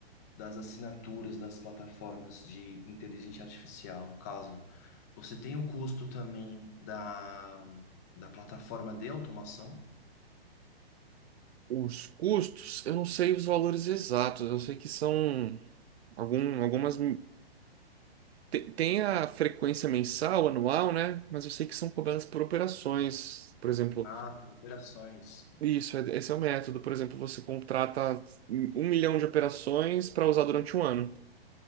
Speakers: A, on the left; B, on the right.
A: das assinaturas das plataformas de inteligência artificial, no caso, você tem o custo também da, da plataforma de automação?
B: Os custos, eu não sei os valores exatos, eu sei que são. Algum, algumas. te- Tem a frequência mensal, anual, né? Mas eu sei que são cobradas por operações. Por exemplo,
A: Ah, por operações.
B: isso, é- esse é o método. Por exemplo, você contrata um milhão de operações para usar durante um ano.